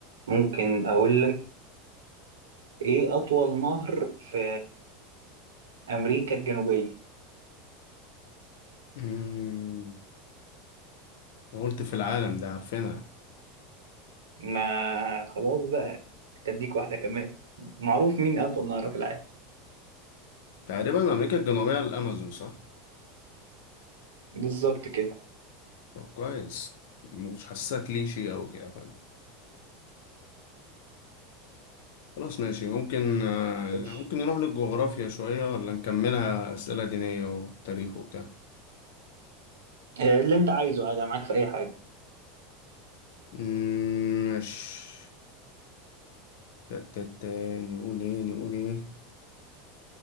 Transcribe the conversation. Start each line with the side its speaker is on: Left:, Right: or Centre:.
Right: ممكن أقول لك إيه أطول نهر في أمريكا الجنوبية
Left: امم قلت في العالم ده عارفينها
Right: ما خلاص بقى أديك واحدة كمان معروف مين أطول نهر في العالم
Left: تقريبا امريكا الجنوبيه على الامازون صح
Right: بالظبط كده
Left: طب كويس ما كنتش حاسسها كليشي او كده فاهم خلاص ماشي ممكن آه،
Right: خش
Left: ممكن نروح للجغرافيا شويه ولا نكملها اسئله دينيه وتاريخ وبتاع
Right: آه، اللي أنت عايزه عادي أنا معاك في أي حاجة
Left: أمم، ماشي تا- تا- تا، نقول ايه نقول ايه